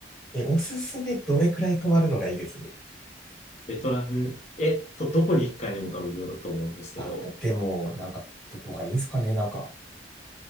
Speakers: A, in the centre; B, on the left (about 40°).
A: え、おすすめどれくらい泊まるのがいいです
B: ベトナム、えっと、どこに行くかにも多分よると思うんですけど、
A: あ、でも、なんか、どこがいいんすかねなんか、